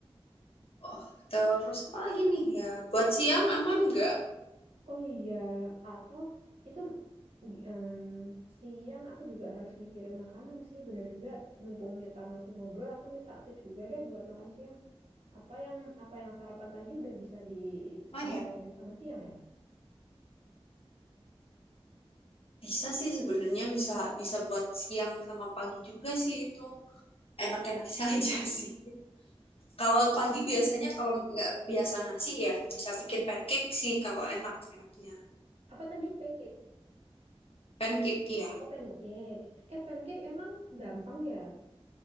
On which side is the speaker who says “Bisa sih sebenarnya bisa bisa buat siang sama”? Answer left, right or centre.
Left